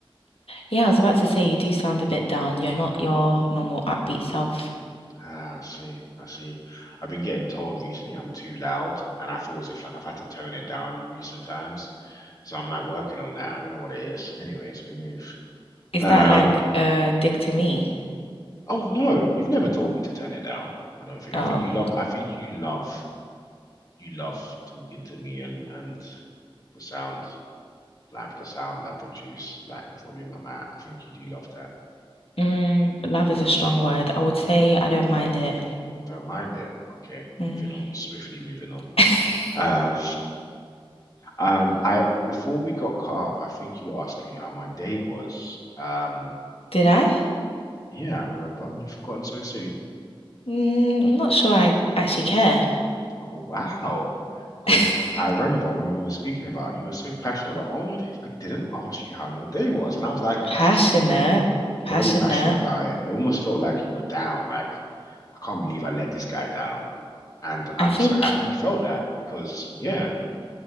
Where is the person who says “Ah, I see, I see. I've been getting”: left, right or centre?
Left